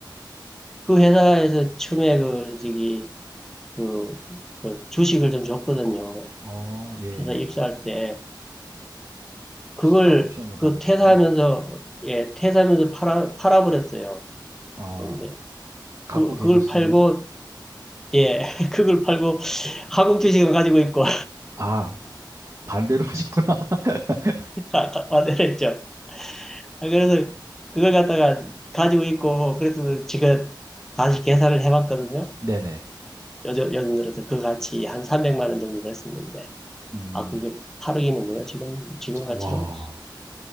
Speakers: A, in the centre; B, on the right.
A: 그 회사에서 처음에 그, 저기, 그, 그 주식을 좀 줬거든요.
B: 어, 예, 예.
A: 회사 입사할 때. 그걸
B: 스탁 옵션을 받으셨구나.
A: 그 퇴사하면서, 예, 퇴사하면서 팔아, 팔아버렸어요.
B: 아,
A: 근데
B: 갖고
A: 그,
B: 계셨으면
A: 그걸 팔고, 예, <laughs> 그걸 팔고 한국 주식을 가지고 있고,
B: 아, 바- 반대로 <laughs> 하셨구나. <laughs>
A: <laughs> 다, 다 만들었죠. 아, 그래서 그걸 갖다가 가지고 있고, 그래서 제가 다시 계산을 해봤거든요.
B: 네네.
A: 요즘, 요즘 들어서 그 가치 한 300만 원 정도 됐었는데.
B: 음,
A: 아, 그게 8억이는군요. 지금, 지금 가치로.
B: 와,